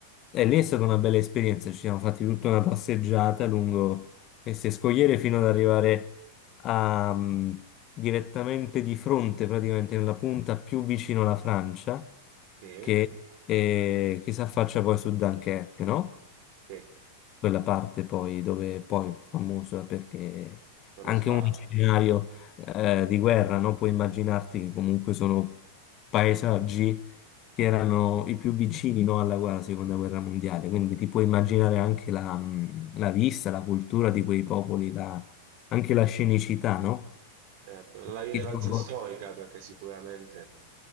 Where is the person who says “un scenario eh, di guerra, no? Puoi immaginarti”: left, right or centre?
Left